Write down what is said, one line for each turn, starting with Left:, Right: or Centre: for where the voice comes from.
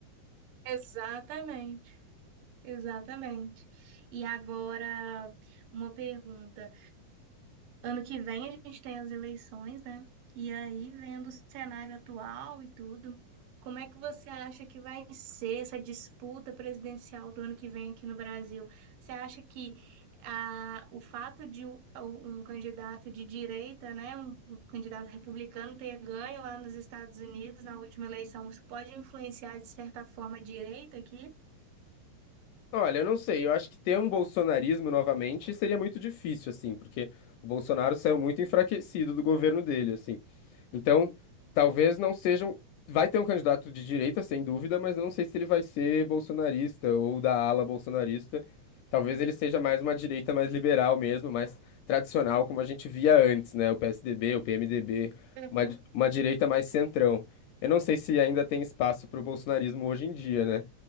Right: exatamente, exatamente. E agora, uma pergunta. Ano que vem a gente tem as eleições, né? E aí, vendo o cenário atual e tudo, como é que você acha que vai ser essa disputa presidencial do ano que vem aqui no Brasil? Você acha que ah, o fato de um, um candidato de direita, né, um, um candidato republicano ter ganho lá nos Estados Unidos na última eleição, isso pode influenciar de certa forma a direita aqui?
Left: Olha, eu não sei, eu acho que ter um bolsonarismo novamente seria muito difícil, assim, porque o Bolsonaro saiu muito enfraquecido do governo dele, assim. Então, talvez não sejam. Vai ter um candidato de direita, sem dúvida, mas eu não sei se ele vai ser bolsonarista ou da ala bolsonarista. Talvez ele seja mais uma direita mais liberal mesmo, mais tradicional, como a gente via antes, né? O PSDB, o PMDB,
Right: Uhum.
Left: uma, uma direita mais centrão. Eu não sei se ainda tem espaço para o bolsonarismo hoje em dia, né?